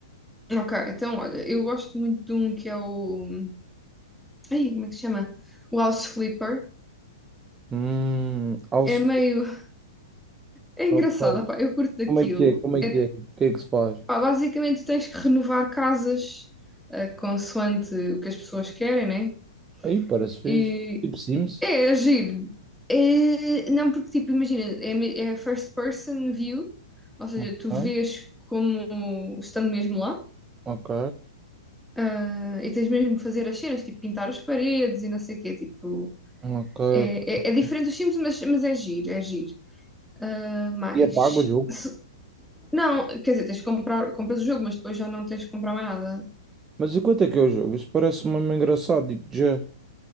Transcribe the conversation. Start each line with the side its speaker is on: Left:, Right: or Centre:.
Centre: Ok, então olha, eu gosto muito de um que é o. Ai, como é que se chama? O House Flipper.
Right: hum, House
Centre: É meio. É engraçado,
Right: of- ok,
Centre: pá, eu curto daquilo.
Right: como é que é, como é
Centre: É,
Right: que é, o que é que se faz?
Centre: pá, basicamente tens que renovar casas, ah, consoante o que as pessoas querem, né?
Right: Aí parece fixe,
Centre: E
Right: tipo Sims,
Centre: é, é giro. É, não, porque, tipo, imagina, é, me- é first person view, ou seja,
Right: ok,
Centre: tu vês como estando mesmo lá,
Right: ok,
Centre: ah, e tens mesmo que fazer as cenas, tipo, pintar as paredes e não sei o quê, tipo,
Right: ok,
Centre: é,
Right: ok.
Centre: é, é diferente dos Sims, mas, mas é giro, é giro. Ah, mas,
Right: E é pago o jogo.
Centre: se- não, quer dizer, tens que comprar, compras o jogo, mas depois já não tens que comprar mais nada.
Right: Mas enquanto é que é o jogo? Isso parece mesmo engraçado, tipo, já.